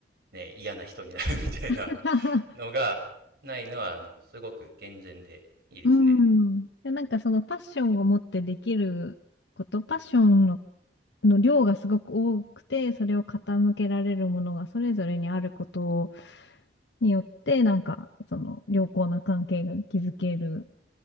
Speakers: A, on the right (about 60°); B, on the left (about 80°).
A: ね、嫌な人になるみたいな
B: <laughs>
A: <laughs> のが、ないのは、あの、すごく健全でいいですね。
B: うん。で、なんかそのパッションを持ってできること、パッションの、の量がすごく多くて、それを傾けられるものがそれぞれにあることによって、なんかその良好な関係が築ける